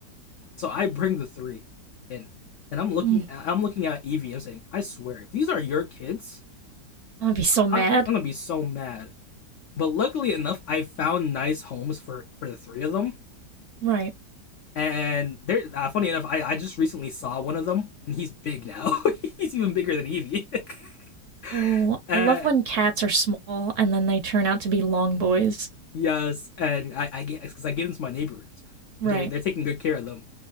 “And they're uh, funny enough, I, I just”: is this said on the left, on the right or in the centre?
Left